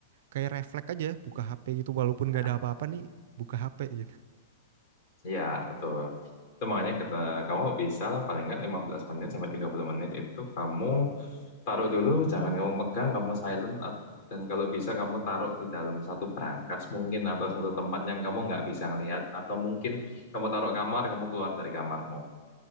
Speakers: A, on the right (about 65°); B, on the left (about 50°).
A: kayak refleks aja buka HP gitu walaupun nggak
B: Nah,
A: ada apa-apa nih buka HP gitu.
B: Ya, betul. Itu makanya kita, kamu bisa lah paling nggak 15 menit sampai 30 menit itu kamu taruh dulu, jangan kamu pegang, kamu silent at- dan kalau bisa kamu taruh di dalam satu brankas mungkin atau satu tempat yang kamu nggak bisa ngelihat atau mungkin kamu taruh kamar, kamu keluar dari kamarmu.